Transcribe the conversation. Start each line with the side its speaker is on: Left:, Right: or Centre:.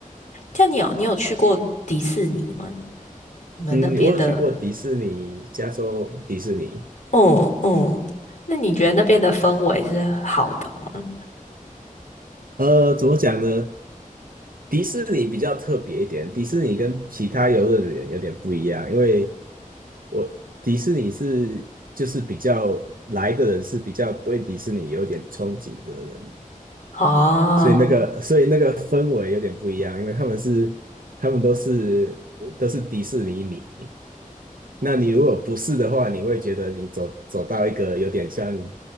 Left: 像你有你有去过迪士尼吗？你们那边的？
Right: 嗯，我有去过迪士尼，加州迪士尼。
Left: 哦哦，那你觉得那边的氛围是好的吗？
Right: 呃，怎么讲呢？迪士尼比较特别一点，迪士尼跟其他游乐园有点不一样，因为我迪士尼是就是比较来的人是比较对迪士尼有点憧憬的人，
Left: 哦，
Right: 所以那个所以那个氛围有点不一样，因为他们是他们都是都是迪士尼迷，那你如果不是的话，你会觉得你走走到一个有点像